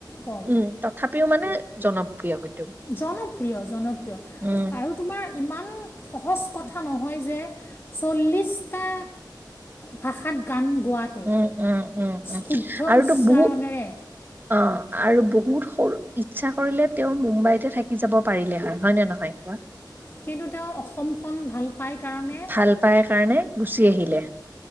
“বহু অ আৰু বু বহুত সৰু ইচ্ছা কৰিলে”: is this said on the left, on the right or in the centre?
Right